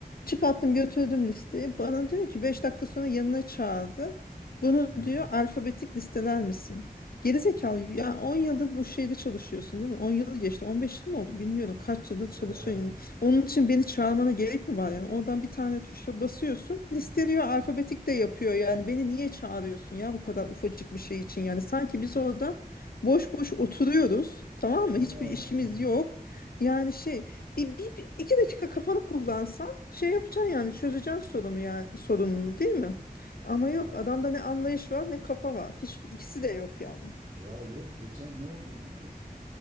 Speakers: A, on the left (about 70°); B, on the right (about 60°).
A: Çıkarttım götürdüm listeyi. Bana diyor ki 5 dakika sonra yanına çağırdı. Bunu
B: Ee,
A: diyor alfabetik listeler misin? Gerizekalı ya 10 yıldır bu şeyde çalışıyorsun değil mi? 10 yıl geçti. 15 yıl mı oldu bilmiyorum. Kaç
B: ee,
A: yıldır çalışıyorsun. Yani Onun için beni çağırmana gerek mi var? Yani oradan bir tane tuşa basıyorsun. Listeliyor alfabetik de yapıyor. Yani beni niye çağırıyorsun ya bu kadar ufacık bir şey için? Yani sanki biz orada boş boş oturuyoruz. Tamam
B: <laughs>
A: mı? Hiçbir işimiz yok.
B: ee.
A: Yani şey bir, bir, bir- iki dakika kafanı kullansan şey yapacaksın yani çözeceksin sorunu ya sorununu değil mi? Ama
B: Ya
A: yok adamda ne anlayış var ne kafa var. Hiçbir ikisi de yok yani.
B: Ya yok geçen ne oldu biliyor musun?